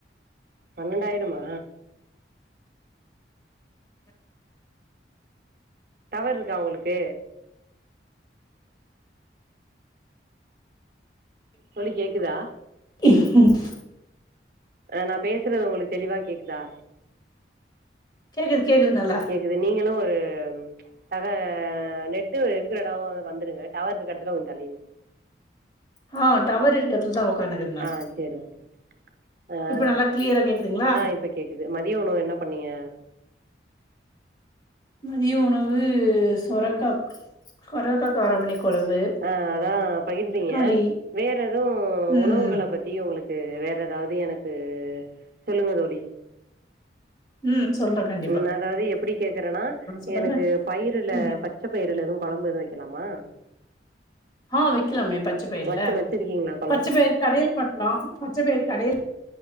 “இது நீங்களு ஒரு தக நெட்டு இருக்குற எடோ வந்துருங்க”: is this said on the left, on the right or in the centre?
Right